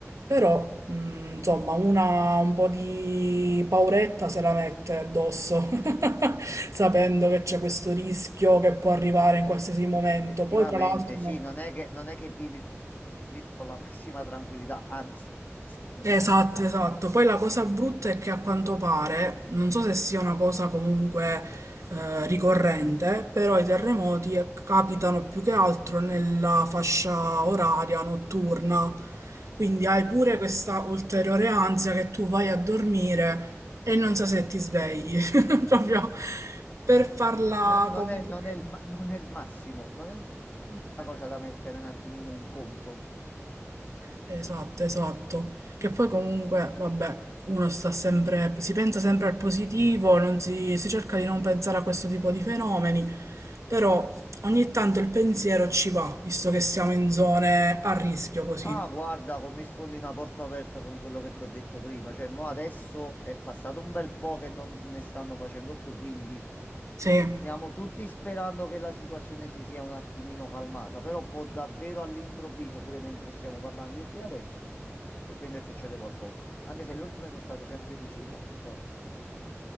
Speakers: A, on the right (about 85°); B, on the left (about 35°).
A: però mh, insomma una un po' di pauretta se la mette addosso sapendo che c'è questo rischio che può arrivare in qualsiasi momento.
B: effettivamente,
A: Poi, tra l'altro,
B: sì,
A: no.
B: non è che, non è che vivi vive con la massima tranquillità, anzi, anzi,
A: Esatto, esatto. Poi la cosa brutta è che a quanto pare, non so se sia una cosa comunque eh, ricorrente, però i terremoti eh, capitano più che altro nella fascia oraria notturna. Quindi hai pure questa ulteriore ansia che tu vai a dormire e non sai se ti svegli, <laughs> proprio per farla
B: no- non
A: completa.
B: è, non è il, ma- non è il massimo, non è il- una cosa da mettere un attimino in conto.
A: Esatto, esatto. Che poi comunque, vabbè, uno sta sempre, si pensa sempre al positivo, non si, si cerca di non pensare a questo tipo di fenomeni, però ogni tanto il pensiero ci va, visto che siamo in zone a rischio così.
B: Ah, guarda, come sfondi una porta aperta con quello che ti ho detto prima, cioè, mo adesso è passato un bel po' che non ne stanno facendo più, quindi
A: Sì,
B: stiamo tutti sperando che la situazione si sia un attimino calmata, però può davvero all'improvviso, pure mentre stiamo parlando io e te adesso, che prende e succede qualcosa, anche se le ultime sono state sempre di sera più che altro.